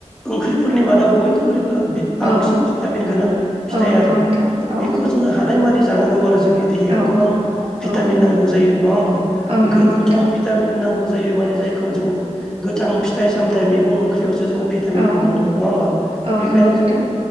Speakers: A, in the centre; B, on the right.
A: ओंख्रिफोरनि मादाव बयनिख्रुइबो बांसिन
B: औ
A: भिटामिन गोनां फिथाइ
B: औ नंगौ
A: आरो,
B: नोंथां औ
A: बेखौ जोंङो हानाय मानि जानांगौ आरो जों जोंनि देहायाव
B: औ
A: गोबां भिटामिन
B: औ
A: नांगौ जायो नङा होमबा
B: औ नंगौ
A: गोथां
B: नोंथां
A: भिटामिन नांगौ जायो माने जायखौ जोंङो गोथां फिथाइ सामथाइ मैगं ओंख्रियावसो जोंङो भिटामिनखौ
B: औ
A: मोनो नङा होमबा
B: औ
A: बेखायनो
B: नंगौ नोंथां
A: जोंङो